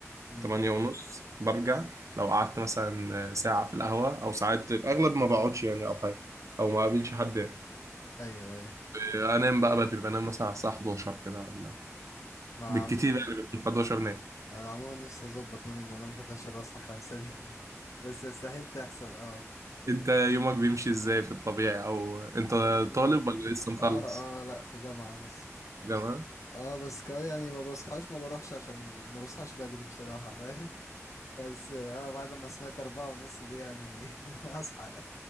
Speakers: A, on the left; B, on the right.
A: امم
B: 8 ونص برجع لو قعدت مثلا آه، ساعة في القهوة او ساعات الاغلب ما بقعدش يعني او حاجة او ما قابلش حد يعني.
A: ايوه ايوه
B: آه، انام بقى بدري بنام مثلا على الساعة 11 كده ولا
A: مع
B: بالكتير
A: عمو...
B: يعني بكون 11 نايم
A: انا عموما نفسي اظبط نومي ان انام 11 واصحى 5 دي <laughs> بس يستحيل تحصل اه
B: انت يومك بيمشي ازاي في الطبيعي او انت
A: اه
B: طالب ولا لسه مخلص
A: اه آه، لا في جامعة لسه
B: جامعة
A: اه بس كا يعني ما بصحاش ما بروحش عشان ال... ما بصحاش بدري بصراحة فاهم بس اه بعد ما سمعت أربعة ونص دي يعني <laughs> اصحى